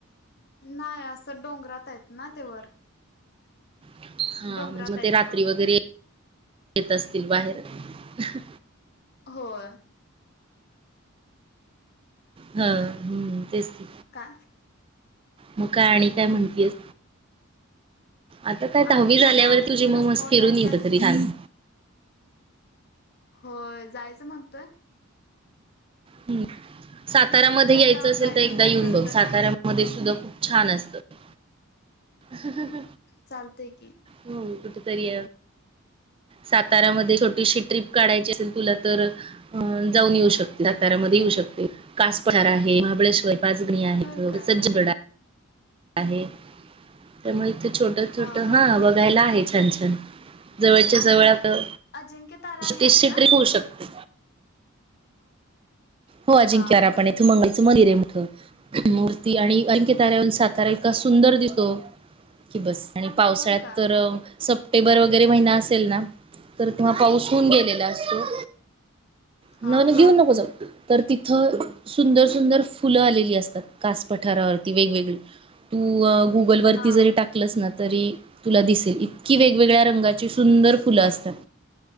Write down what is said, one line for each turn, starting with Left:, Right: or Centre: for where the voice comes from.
Left: नाही असं डोंगरात आहेत, ना ते वर
Right: हां
Left: डोंगरात
Right: म्हणजे मग
Left: आहे
Right: ते रात्री
Left: वर
Right: वगैरे येत असतील बाहेर. हम्म.
Left: होय.
Right: हां हम्म तेच. की
Left: का?
Right: मग काय आणि काय म्हणतीयेस? आता काय दहावी
Left: आणि
Right: झाल्यावर
Left: नाही अजून
Right: तुझी
Left: कुठं
Right: मग
Left: स्पॉट
Right: मस्त फिरून
Left: आहेत
Right: ये
Left: काय
Right: कुठं तरी छान.
Left: हो जायचं म्हणतोय.
Right: हम्म साताऱ्यामध्ये
Left: ठरवत आता
Right: यायचं असेल
Left: जायचं
Right: तर एकदा
Left: कुणीकडे
Right: येऊन बघ
Left: तर
Right: साताऱ्यामध्ये सुद्धा खूप छान असत. हा हा हा.
Left: चालतंय की.
Right: हम्म कुठंतरी. सातारामध्ये छोटीशी ट्रिप काढायची असेल तुला तर अ जाऊन येऊ शकते साताऱ्या मध्ये येऊ शकते कास पठार आहे महाबळेश्वर पाजगणी आहेत
Left: हो
Right: इथं
Left: का
Right: सज्जगड आहे. आहे त्यामुळे इथे छोट छोट
Left: हा हा
Right: हां बघायला आहे, छान छान. जवळच्या
Left: आणि
Right: जवळ आता
Left: अजिंक्य ताराणी आहे
Right: तशी
Left: ना
Right: ट्रप होऊ शकते. हो अजिंक्यरा
Left: हा हा
Right: पण आहे इथं मंग मंदिर आहे, मोठं मूर्ती आणि अजिंक्य ताऱ्याहून सातारा इतका सुंदर दिसतो, की बस आणि पावसाळ्यात
Left: होय का
Right: तर. सप्टेंबर वगैरे महिना असेल ना तर तेव्हा पाऊस होऊन गेलेला असतो.
Left: हा
Right: न न
Left: हा
Right: घेऊन नकोस. तर तिथं सुंदर, सुंदर फुलं आलेली असतात कास पठारावरती वेगवेगळी तू अ. गुगल वरती
Left: हा
Right: जरी टाकलंस ना, तरी तुला दिसेल इतकी वेगवेगळ्या रंगाची सुंदर फुलं असतात.